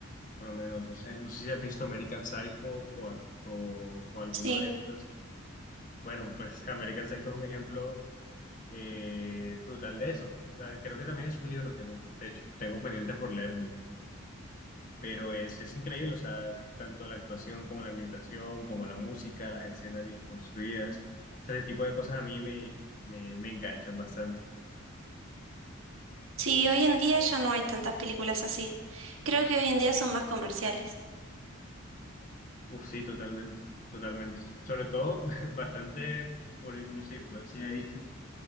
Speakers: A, on the left; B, on the right.
A: Por lo menos, no sé, no sé si has visto American Psycho o, a- o, o alguno
B: Sí.
A: de estos. Bueno, pues <laughs> American Psycho es un ejemplo eh, brutal de eso. O sea, creo que también es un libro que no, de hecho, tengo pendiente por leérmelo. Pero es, es increíble, o sea, tanto la actuación como la ambientación, como la música, las escenas bien construidas. Ese tipo de cosas a mí me, me, me enganchan bastante.
B: Sí, hoy en día ya no hay tantas películas así. Creo que hoy en día son más comerciales.
A: Uf, sí, totalmente, totalmente. Sobre todo, <laughs> bastante por, no sé, influencia de Disney.